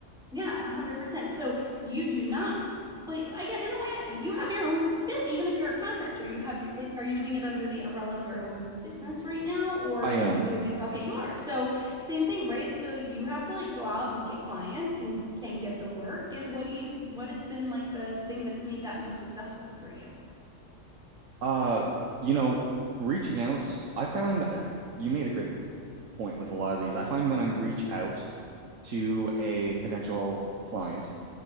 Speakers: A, in the centre; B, on the right (about 80°).
A: Yeah, 100%. So you do not, like, I get in a way, you have your own, bu- even if you're a contractor, you have your, i- are you doing it under the umbrella of your own business right now? Or
B: I am,
A: are you doing it? Okay, you are. So same thing, right? So you have to like go out and get clients and and get the work. And what do you, what has been like the thing that's made that most successful for you?
B: uh, you know, reaching out. I found uh, you made a great point with a lot of these. I find when I'm reach out to a potential client.